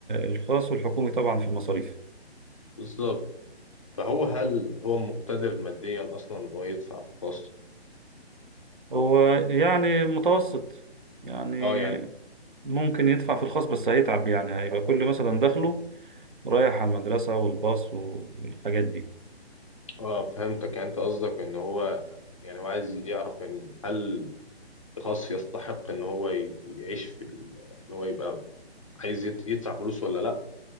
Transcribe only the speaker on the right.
الخاص والحكومي طبعا في المصاريف
هو يعني متوسط يعني
ممكن يدفع في الخاص بس هيتعب يعني هيبقى كل مثلا دخله رايح على المدرسة والباص والحاجات دي